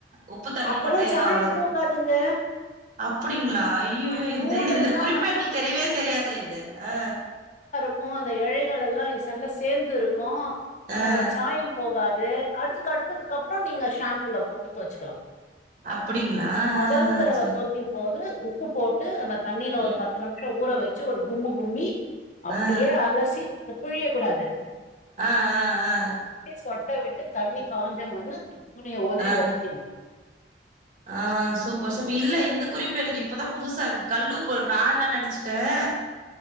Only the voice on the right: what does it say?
உப்பு தண்ணி
பட்டா ஏது
ஆவாதுங்
அப்டிங்களா ஐய்யையோ
இது
இந்த
குறிப்பே எங்களுக்கு தெரியவே தெரியாது இது அ
ஆ
அப்டிங்களா ஆ
ஆ ஆ
சேரி
ம்
ஆ
ஆ ஆ ஆ
ஆ ஆ
ஆ சூப்பர் சூப் இல்ல இந்த குறிப்பு எனக்கு இப்பதான் புதுசாருக்கு கல்லுப்போட்டா நான் என்ன நெனச்சுட்டேன்